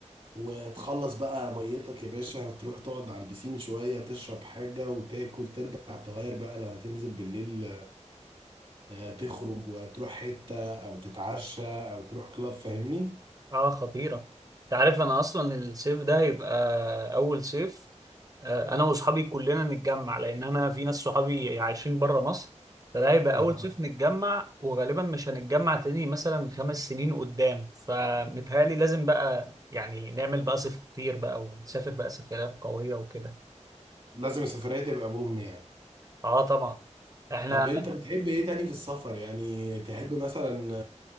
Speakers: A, on the right; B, on the right.
A: وتخلص بقى ميتك يا باشا تروح تقعد على البسين شوية تشرب حاجة وتاكل ترجع تغير بقى لو هتنزل بالليل آه، تخرج وتروح حتة أو تتعشى أو تروح كلاب فاهمني؟
B: اه خطيرة انت عارف انا اصلا الصيف ده هيبقى اول صيف آه، انا واصحابي كلنا نتجمع لان انا في ناس صحابي عايشين بره مصر فده هيبقى
A: <laughs>
B: اول صيف نتجمع وغالبا مش هنتجمع تاني مثلا خمس سنين قدام فمتهيألي لازم بقى يعني نعمل بقى صيف خطير بقى ونسافر بقى سفريات قوية وكده
A: لازم السفرية تبقى بوم يعني
B: اه طبعا احنا
A: طب أنت بتحب إيه تاني في السفر؟ يعني تحب مثلا